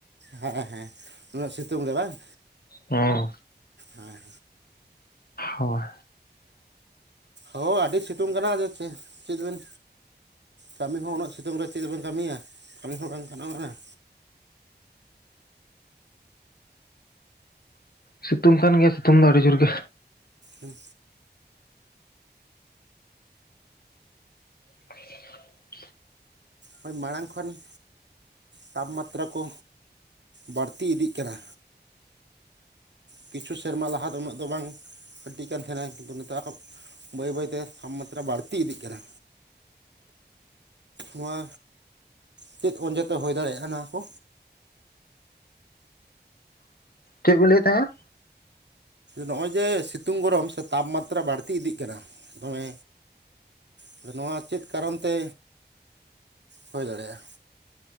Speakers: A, on the right; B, on the left.
A: ᱦᱮᱸ ᱦᱮᱸ, ᱩᱱᱟᱹᱜ ᱥᱤᱛᱩᱝ ᱨᱮ ᱵᱟᱝ?
B: ᱦᱩᱸ᱾
A: ᱟᱨ
B: ᱦᱳᱭ᱾
A: ᱦᱳᱭ ᱟᱹᱰᱤ ᱥᱤᱛᱩᱝ ᱠᱟᱱᱟ ᱟᱫ ᱪᱮ ᱪᱮᱫ ᱵᱮᱱ ᱠᱟᱹᱢᱤ ᱦᱚᱸ ᱩᱱᱟᱹᱜ ᱥᱤᱛᱩᱝ ᱨᱮ ᱪᱮᱫ ᱵᱤᱱ ᱠᱟᱹᱢᱤᱭᱟ? ᱠᱟᱹᱢᱤ ᱦᱚᱸ ᱵᱟᱝ ᱜᱟᱱᱚᱜ ᱠᱟᱱᱟ᱾
B: ᱥᱤᱛᱩᱝ ᱠᱟᱱ ᱜᱮᱭᱟ, ᱥᱤᱛᱩᱝ ᱫᱚ᱾ ᱟᱹᱰᱤ ᱡᱳᱨ ᱜᱮ᱾
A: ᱦᱩᱸ᱾
B: <inaudible>
A: ᱦᱳᱭ ᱢᱟᱲᱟᱝ ᱠᱷᱚᱱ ᱛᱟᱯ-ᱢᱟᱛᱨᱟ ᱠᱚ ᱵᱟᱹᱲᱛᱤ ᱤᱫᱤᱜ ᱠᱟᱱᱟ᱾ ᱠᱤᱪᱷᱩ ᱥᱮᱨᱢᱟ ᱞᱟᱦᱟ ᱫᱚ ᱩᱱᱟᱹᱜ ᱫᱚ ᱵᱟᱝ <unintelligible> ᱛᱟᱦᱮᱱᱟ ᱠᱤᱱᱛᱩ ᱱᱮᱛᱟᱨ ᱵᱟᱹᱭ ᱵᱟᱹᱭᱛᱮ ᱛᱟᱯᱢᱟᱛᱨᱟ ᱵᱟᱹᱲᱛᱤ ᱤᱫᱤᱜ ᱠᱟᱱᱟ᱾ ᱱᱚᱣᱟ ᱪᱮᱫ ᱚᱢᱮ ᱛᱮ ᱦᱩᱭ ᱫᱟᱲᱮᱭᱟᱜᱼᱟ, ᱱᱚᱣᱟ ᱠᱚ?
B: ᱪᱮᱫᱵᱤᱱ ᱞᱟᱹᱭᱮᱫ ᱛᱟᱦᱮᱸᱫ?
A: ᱱᱚᱜᱼᱚᱭ ᱡᱮ ᱥᱤᱛᱩᱝ ᱜᱚᱨᱚᱢ ᱥᱮ ᱛᱟᱯᱢᱟᱛᱨᱟ ᱵᱟᱹᱲᱛᱤ ᱤᱫᱤᱜ ᱠᱟᱱᱟ ᱫᱚᱢᱮ ᱟᱫᱚ ᱱᱚᱣᱟ ᱪᱮᱫ ᱠᱟᱨᱚᱱ ᱛᱮ ᱦᱩᱭ ᱫᱟᱲᱮᱭᱟᱜᱼᱟ?